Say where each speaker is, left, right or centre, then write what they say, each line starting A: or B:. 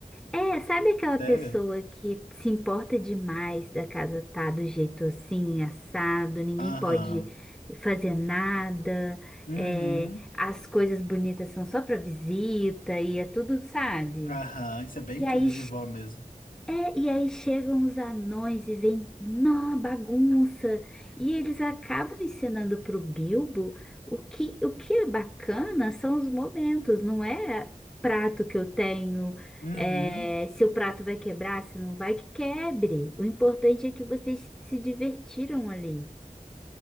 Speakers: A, in the centre; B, on the left.
A: É, sabe aquela
B: Sério?
A: pessoa que se importa demais da casa tá do jeito assim, assado, ninguém
B: Aham.
A: pode fazer nada,
B: Uhum.
A: é, as coisas bonitas são só pra visita e é tudo, sabe?
B: Aham. Isso é bem
A: E
B: coisa
A: aí
B: de vó mesmo.
A: É, e aí chegam os anões e vem, nó, bagunça. E eles acabam ensinando pro Bilbo o que, o que é bacana são os momentos, não é prato que eu tenho,
B: Uhum.
A: é, se o prato vai quebrar, se não vai, que quebre. O importante é que vocês se divertiram ali.